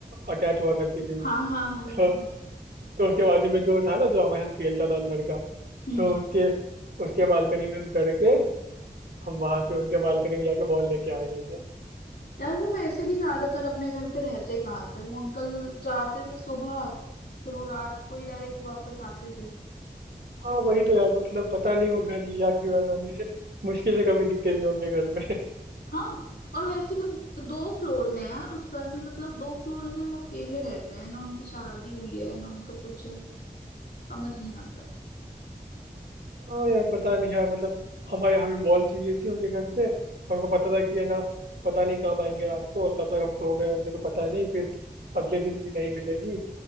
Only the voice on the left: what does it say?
हाँ हाँ हाँ
हाँ हाँ
हम्म
हम्म।
यार वो वैसे भी ज्यादातर अपने घर पे रहते कहाँ थे वो अंकल जाते थे सुबह फिर वो रात को ही डायरेक्ट वापस आते थे
हाँ और वैसे भी दो फ्लोर्स हैं यार उस घर में मतलब दो फ्लोर्स में वो अकेले रहते हैं ना उनकी शादी हुई है ना उनका कुछ है समझ नहीं आता